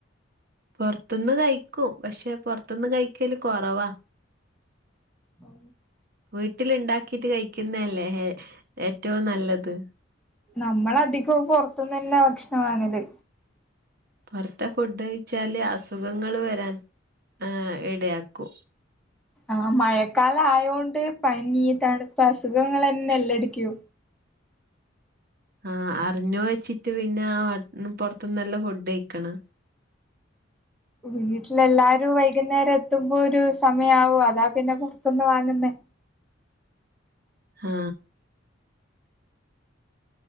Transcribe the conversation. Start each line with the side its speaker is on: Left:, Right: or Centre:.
Right: പൊർത്ത്ന്ന് കയ്ക്കും പക്ഷെ പൊർത്ത്ന്ന് കയ്ക്കല് കൊറവാ
Centre: ഔ
Right: വീട്ട്ല്ണ്ടാക്കിട്ട് കയ്ക്ക്ന്നല്ലേ ഹേ ഏറ്റവും നല്ലത്
Centre: നമ്മളധികം പൊർത്ത്ന്നന്നാ ഭക്ഷണം വാങ്ങല്
Right: പൊർത്തെ ഫുഡ് കയ്ച്ചാല് അസുഖങ്ങള് വരാൻ ആ ഇടയാക്കൂ
Centre: ആ മഴക്കാല ആയോണ്ട് പനി തണുപ്പ് അസുഖങ്ങൾന്നെല്ലടക്കോ
Right: ആ അറിഞ്ഞു വെച്ചിട്ട് പിന്നെ ആ പൊ റത്തന്ന് നല്ല ഫുഡ് കഴക്കണ
Centre: വീട്ടിലെല്ലാരും വൈകുന്നേരം എത്തുമ്പോ ഒരു സമയവും അതാ പിന്നെ പുറത്തുന്ന് വാങ്ങുന്ന
Right: ആ